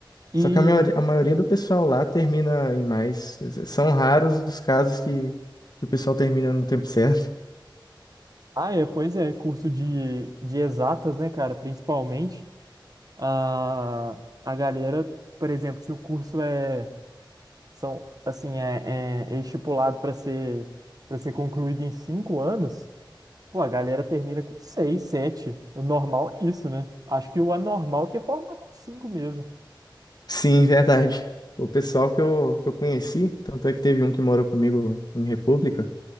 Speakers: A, on the right; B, on the left.
A: E,
B: Só que a maioria, a maioria do pessoal lá termina em mais. São raros os casos que, que o pessoal termina no tempo certo.
A: ah, é, pois é, curso de, de exatas, né, cara? Principalmente a, a galera, por exemplo, se o curso é, são, assim, é, é, é estipulado para ser, para ser concluído em cinco anos Pô, a galera termina com 6, sete, O normal é isso, né? Acho que o anormal é que é formar com cinco mesmo.
B: <laughs> Sim, verdade. O pessoal que eu, que eu conheci, tanto é que teve um que morou comigo em República,